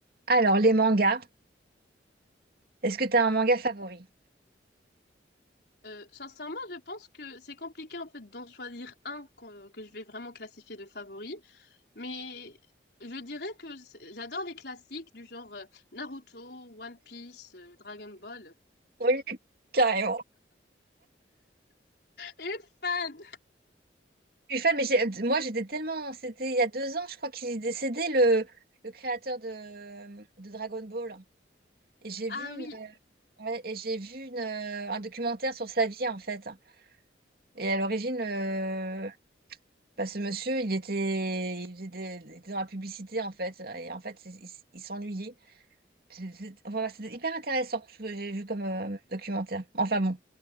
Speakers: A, on the right; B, on the left.
A: Alors, les mangas, est-ce que tu as un manga favori?
B: Euh, sincèrement, je pense que c'est compliqué en fait d'en choisir un qu'on- que, je vais vraiment classifier de favori, mais je dirais que c'est- j'adore les classiques du genre euh, Naruto, One Piece, euh, Dragon Ball.
A: Oui, carrément.
B: Une fan!
A: Je suis fan, mais j'ai- moi j'étais tellement. C'était il y a deux ans, je crois qu'il est décédé, le, le créateur de, de Dragon Ball. Et j'ai
B: Ah
A: vu une,
B: oui,
A: euh, ouais, et j'ai vu une, euh, un documentaire sur sa vie, en fait. Et à l'origine, euh, bah, ce monsieur, il était, il faisait des- il était dans la publicité, en fait. Et en fait, c'est- il, s- il s'ennuyait. C'est- c'est- Voilà, c'était hyper intéressant ce que j'ai vu comme euh, documentaire. Enfin bon.